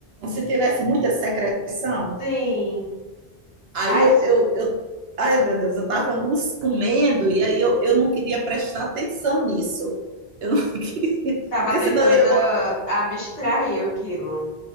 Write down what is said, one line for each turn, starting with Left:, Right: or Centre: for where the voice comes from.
Right: se tivesse muita secreção,
Left: Sim.
Right: aí
Left: Ai,
Right: eu,
Left: s-
Right: eu, eu ai meu Deus, eu estava comendo e aí eu, eu não queria prestar atenção nisso. Eu não <laughs> queria,
Left: tava
Right: porque
Left: tentando
Right: senão eu ia
Left: ah,
Right: botar,
Left: abstrair aquilo.